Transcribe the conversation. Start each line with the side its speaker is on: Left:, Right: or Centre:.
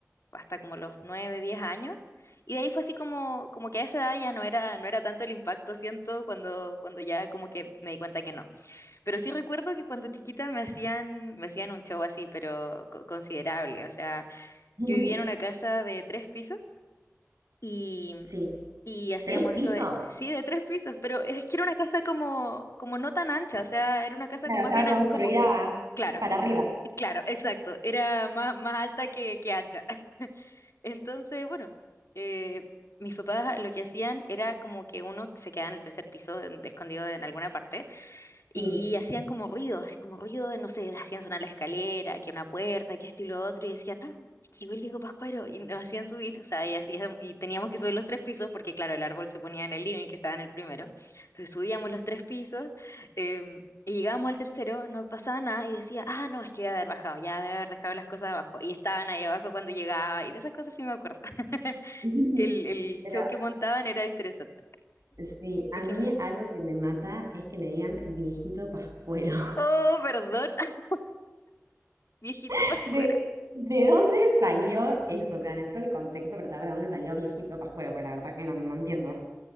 Left: hasta como los nueve, diez años. Y de ahí fue así como, como que a esa edad ya no era, no era tanto el impacto, siento, cuando, cuando ya como que me di cuenta que no. Pero sí recuerdo que cuando chiquita me hacían, me hacían un show así, pero co- considerable. O sea,
Right: <laughs>
Left: yo vivía en una casa de tres pisos y,
Right: Sí,
Left: y hacíamos
Right: ¿tres pisos?
Left: esto de, sí, de tres pisos, pero es que era una casa como, como no tan ancha, o sea, era una casa
Right: Claro,
Left: como
Right: estaba
Left: más bien
Right: construida
Left: an- como, claro,
Right: para arriba.
Left: claro, exacto, era más, más alta que, que ancha. <laughs> Entonces, bueno, eh, mis papás lo que hacían era como que uno se quedaba en el tercer piso, en- escondido en alguna parte. Y
Right: Mm.
Left: hacían como ruido, así como ruido de, no sé, hacían sonar la escalera, que una puerta, que esto y lo otro, y decían, ¡Ah, es que llegó el Diego Pascuero, y nos hacían subir, o sea, y, hacíamos- y teníamos que subir los tres pisos, porque claro, el árbol se ponía en el living, que estaba en el primero, entonces subíamos los tres pisos, em, y llegábamos al tercero, no pasaba nada, y decía, ah, no, es que debe haber bajado, ya debe haber dejado las cosas abajo, y estaban ahí abajo cuando llegaba, y de esas cosas sí me acuerdo. <laughs>
Right: <laughs>
Left: El, el
Right: Pero
Left: show que montaban era interesante,
Right: sí, a
Left: mucha
Right: mí
Left: producción.
Right: algo que me mata es que le digan viejito pascuero.
Left: Oh, perdón, <laughs> viejito
Right: <laughs>
Left: Pascuero.
Right: ¿De, de dónde ¿Salió eso? O sea, necesito el contexto para saber de dónde salió viejito pascuero, porque la verdad que no, no entiendo.